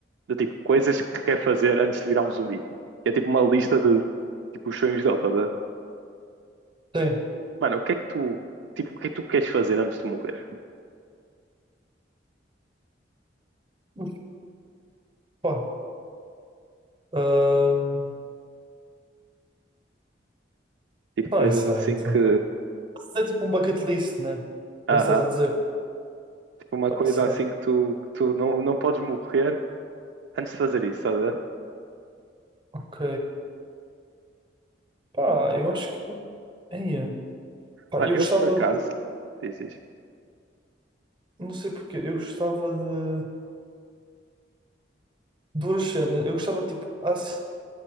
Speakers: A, on the right; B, on the right.
A: de tipo coisas que quer fazer antes de virar um zumbi. E é tipo uma lista de tipo os sonhos dele, tá a ver?
B: Sim.
A: Mano, o que é que tu, tipo, o que é que tu queres fazer antes de morrer?
B: Mas, Pá, ahm,
A: Tipo
B: pá,
A: coisas
B: isso
A: assim
B: é, isso
A: que,
B: é, isso é tipo um bucket list, né?
A: aham,
B: É isso que estás a dizer?
A: tipo uma
B: Pá,
A: coisa
B: isso
A: assim
B: é,
A: que tu, que tu não, não podes morrer antes de fazer isso, tá a ver?
B: ok. Pá, eu acho que, eia, pá,
A: Mano,
B: eu
A: eu
B: gostava,
A: por acaso,
B: de,
A: diz, diz.
B: não sei porquê, eu gostava de duas cenas, eu gostava, tipo, há cenas